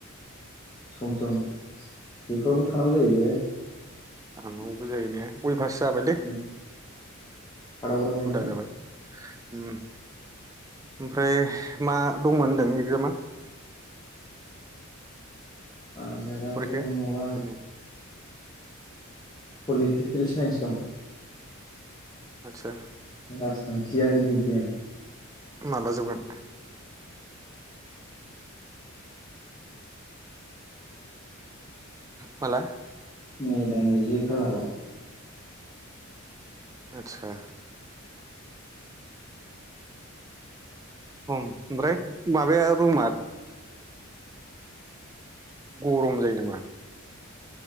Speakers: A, on the left (about 20°); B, on the right (about 15°).
A: सम सम बेफोरावबो थानांगौ जायो।
B: आनावो जायोने <unintelligible> फास जाबायलै
A: उम थादावग्राखायनो
B: उदा जाबाय। उम ओमफ्राय मा दंमोन होनदों एगजामा?
A: आनजादाथ
B: फरिखाया
A: माबा
B: दिनै
A: पलिटिकेल साइन्स दं
B: आतसा।
A: राजखान्थियारि बिगियान।
B: माला जोबगोन? माला?
A: मेदाननि जि खालाराव।
B: आतसा। उम ओमफ्राय माबाया रुमा। गरम जायो नामा?